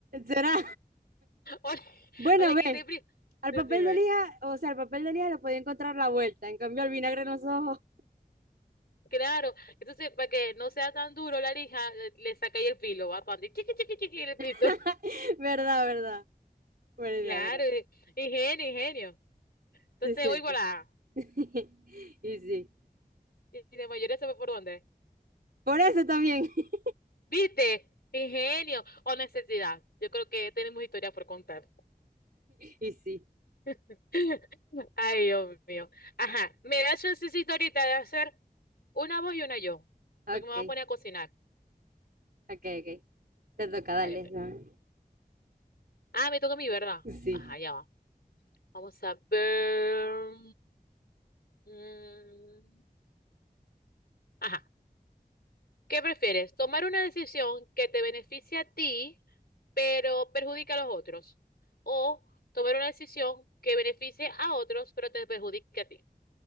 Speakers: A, on the right; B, on the left.
A: ¿Será?
B: O le,
A: Bueno,
B: o le
A: ve,
B: quité pri-
A: al
B: Decime.
A: papel de lija, o sea, al papel de lija le podía encontrar la vuelta, en cambio al vinagre en los ojos.
B: Claro, entonces para que no sea tan duro la lija, le, le saca ahí el filo, va cuando chiqui, chiqui, chiqui, en el
A: <laughs>
B: piso. <laughs>
A: ¿Verdad, verdad? Buena idea,
B: Claro,
A: ¿verdad?
B: i- ingenio, ingenio. Entonces,
A: Sí, es cierto.
B: hoy volá.
A: <laughs> Y sí.
B: Y y de mayoría sabe por dónde.
A: Por eso también. <laughs>
B: ¿Viste? Ingenio o necesidad. Yo creo que tenemos historia por contar.
A: Y sí.
B: <laughs> Ay, Dios mío. Ajá, me mira, yo necesito ahorita de hacer una voz y una yo,
A: Ok,
B: porque me voy a poner a cocinar.
A: ok, ok. Te toca, dale.
B: Dale, pues.
A: ¿sabes?
B: Ah, me toca a mí, ¿verdad?
A: Sí.
B: Ajá, ya va. Vamos a ver. Mm, Ajá. ¿Qué prefieres? ¿Tomar una decisión que te beneficie a ti, pero perjudica a los otros? ¿O tomar una decisión que beneficie a otros, pero te perjudique a ti?